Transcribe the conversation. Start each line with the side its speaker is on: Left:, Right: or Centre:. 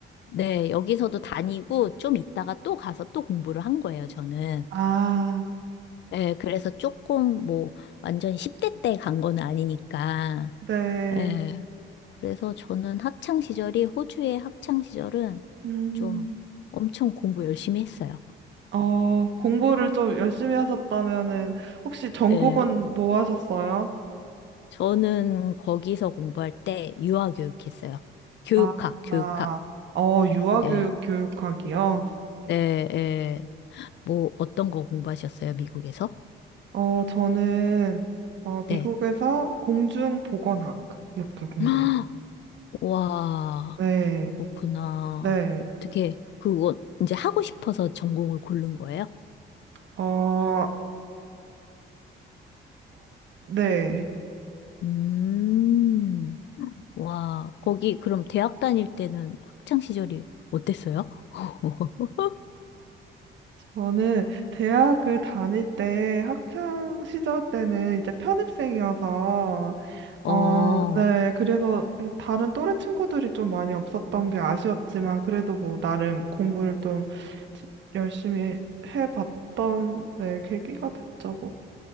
Left: 네, 여기서도 다니고 좀 있다가 또 가서 또 공부를 한 거예요, 저는.
Right: 아,
Left: 예, 그래서 조금 뭐 완전 10대 때 간 건 아니니까
Right: 네.
Left: 예. 그래서 저는 학창 시절이 호주의 학창 시절은
Right: 음.
Left: 좀 엄청 공부 열심히 했어요.
Right: 어, 공부를 좀 열심히 하셨다면은, 혹시 전공은
Left: 예.
Right: 뭐 하셨어요?
Left: 저는 거기서 공부할 때 유아 교육했어요. 교육학,
Right: 아,
Left: 교육학.
Right: 아, 어, 유아교육
Left: 예.
Right: 교육학이요?
Left: 네, 예. 뭐 어떤 거 공부하셨어요, 미국에서?
Right: 어, 저는, 어, 미국에서
Left: 네.
Right: 공중보건학, 이렇게 공부했어요.
Left: <gasps> 와,
Right: 네,
Left: 그렇구나.
Right: 네.
Left: 어떻게 그거 이제 하고 싶어서 전공을 고른 거예요?
Right: 어, 어, 네.
Left: 음. 와, 거기 그럼 대학 다닐 때는 학창 시절이 어땠어요? <laughs>
Right: 저는 대학을 다닐 때, 학창 시절 때는 이제 편입생이어서,
Left: 어,
Right: 어, 어, 네. 그래서 이 다른 또래 친구들이 좀 많이 없었던 게 아쉬웠지만, 그래도 뭐, 나름 공부를 좀 지- 열심히 해봤던, 네, 계기가 됐죠, 뭐.